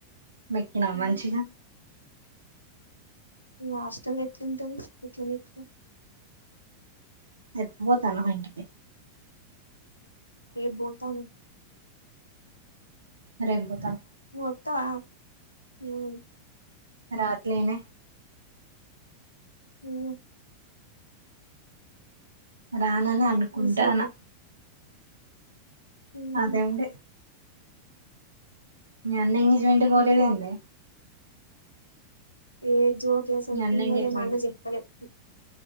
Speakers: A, on the right; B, on the left.
A: మెక్కినా
B: ఉమ్,
A: మంచిగా
B: మీ హాస్టల్ ఎట్లుంటాది ఎట్లా చెత్తురు
A: నువ్వు ఎప్పుడు పొతాన్నవ్ మీ ఇంటికి
B: రేపు బొతాను
A: మిరే ఇంగా
B: నువ్వు వత్తావ మ్మ్
A: రావట్లే మే
B: ఏమి
A: రానని అనుకుంటాన
B: బిజీయా ఎవడు
A: అదేంది మీ అన్న ఎంగేజ్మెంట్ పోలేదు
B: రేపు
A: ఎందే
B: ఏద్ జోక్ ఏసిన
A: మీ అన్న
B: పిల్లొల్ల
A: ఎంగేజ్మెంట్
B: మాదిరి చెప్తన్నావ్
A: కి